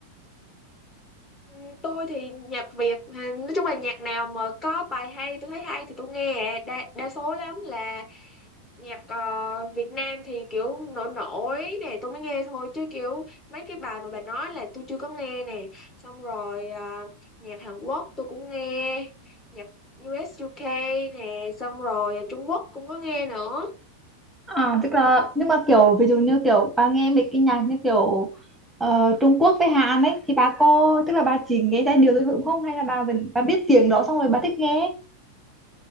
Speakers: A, on the left; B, in the centre.
A: Ừ, Tôi thì nhạc Việt, ừ, nói chung là nhạc nào mà có bài hay, tôi thấy hay thì tôi nghe. Đa, đa số lắm là nhạc ờ, Việt Nam thì kiểu nổi nổi nè, tôi mới nghe thôi. Chứ kiểu mấy cái bài mà bà nói là tôi chưa có nghe nè. Xong rồi ờ, nhạc Hàn Quốc tôi cũng nghe, nhạc U.S. u UK nè, xong rồi ờ, Trung Quốc cũng có nghe nữa.
B: À, tức là nhưng mà kiểu ví dụ như kiểu bà nghe mấy cái nhạc như kiểu ờ, Trung Quốc với Hàn ấy thì bà có tức là bà chỉ nghe giai điệu thôi đúng không hay là bà vẫn bà biết tiếng đó xong rồi bà thích nghe